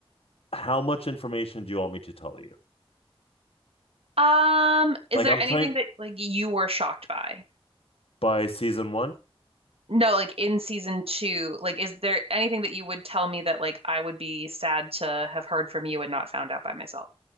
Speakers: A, on the left; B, on the right.
A: how much information do you want me to tell you?
B: Um, is
A: Like,
B: there
A: I'm
B: anything
A: trying
B: that like you were shocked by?
A: by season one.
B: No, like in season two, like is there anything that you would tell me that like I would be sad to have heard from you and not found out by myself?